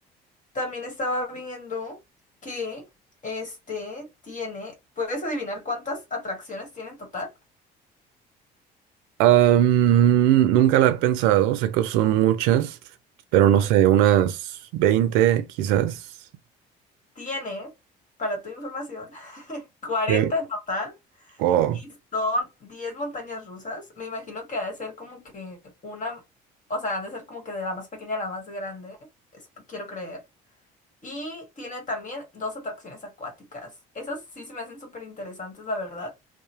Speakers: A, on the left (about 40°); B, on the right (about 80°).
A: También estaba viendo que, este, tiene, ¿puedes adivinar cuántas atracciones tiene en total?
B: Am, nunca la he pensado, sé que son muchas, pero
A: Ujú.
B: no sé, unas 20 quizás.
A: Tiene, para tu información, <laughs> cuarenta
B: Ok.
A: en total
B: Wow.
A: y son 10 montañas rusas. Me imagino que ha de ser como que una, o sea, ha de ser como que de la más pequeña a la más grande, es- quiero creer. Y tiene también dos atracciones acuáticas. Esas sí se me hacen súper interesantes, la verdad.